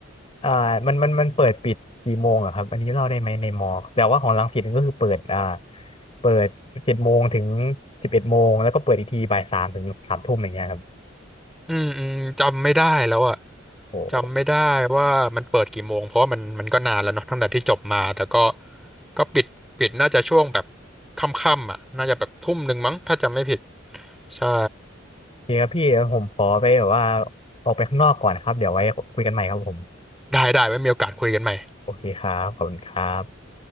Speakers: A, on the left; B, in the centre.
A: อ่ามันมันมันเปิดปิดกี่โมงอะครับอันนี้เล่าได้ไหมในมอแต่ว่าของรังสิตนี่ก็คือเปิดอ่าเปิดเจ็ดโมงถึงสิบเอ็ดโมงแล้วก็เปิดอีกทีบ่ายสามถึงสามทุ่มอย่างเงี้ยครับ
B: อืมอืมจำไม่ได้แล้วอ่ะ
A: โอ้โ
B: จำไม่ได้ว่ามันเปิดกี่โมงเพราะว่ามันมันก็นานแล้วเนาะตั้งแต่ที่จบมาแต่ก็ก็ปิดปิดน่าจะช่วงแบบค่ำๆอ่ะน่าจะแบบทุ่มหนึ่งมั้งถ้าจำไม่ผิดใช่
A: อเคครับพี่เดี๋ยวผมขอไปแบบว่าออกไปข้างนอกก่อนนะครับเดี๋ยวไว้คุยกันใหม่ครับผม
B: ได้ได้ไว้มีโอกาสคุยกันใหม่
A: โอเคครับขอบคุณครับ